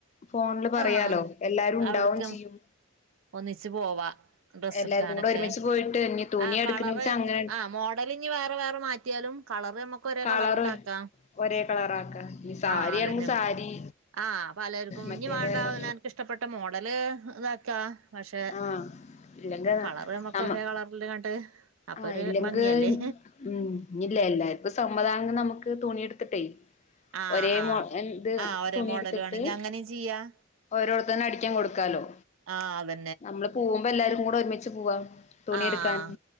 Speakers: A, on the left; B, on the right.
A: ഫോണില് പറയാലോ
B: ആഹ്
A: എല്ലാരും ഉണ്ടാവും
B: അവിട്ക്ക്
A: ചെയ്യും
B: ഒന്നിച്ച് പോവാ ഡ്രസ്സ്
A: എല്ലാരും
B: എടുക്കാനൊക്കെ
A: കൂടെ ഒരുമിച്ച് പോയിട്ട് ഇനി തുണി
B: ആഹ്
A: എടുക്കണ
B: കളറ്
A: വെച്ചാ അങ്ങനെ
B: ആ മോ ടലിഞ്ഞ് വേറെ വേറെ മാറ്റിയാലും കളറ് നമ്മക്ക് ഒരേ
A: കളറ്
B: കളറണ്ടാക്കാം.
A: ഒരേ കളറാക്ക ഇനി സാരിയാണെങ്കി
B: ആഹ് അതന്നെ
A: സാരി
B: ആഹ് പലർക്കും
A: മറ്റേ
B: ഞ്ഞ് മാണ്ട
A: വേറെ
B: അവനാൻകിഷ് ട്ടപ്പെട്ട മോഡല് ഇതാക്കാ പക്ഷെ
A: ആഹ് ഇല്ലെങ്കി
B: കളർ നമ്മക്ക്
A: നമ്മ
B: ഒരേ കളർലിങ്ങട്ട് അപ്പൊ
A: ആഹ്
B: ഒരു
A: ഇല്ലെങ്ക്
B: ഭംഗിയല്ലേ?
A: ഉം ഇനി ഇല്ലെ എല്ലാർക്കും സമ്മധാണെങ്കി നമുക്ക് തുണി എടുത്തിട്ടേയ്
B: ആഹ്
A: ഒരേ
B: ആഹ്
A: മൊ ന്ത്
B: ആഹ് ഒരേ
A: തുണി
B: മോഡല്
A: എടുത്തിട്ട്
B: വേണെങ്കി അങ്ങനെയും ചെയ്യാ
A: ഓരോത്തന്നെ അടിക്കാൻ കൊടുക്കാലോ?
B: ആഹ് അതെ
A: നമ്മള് പോവുമ്പോ എല്ലാവരും കൂടെ ഒരുമിച്ച് പോവാ തുണി
B: ആഹ്
A: എടുക്കാൻ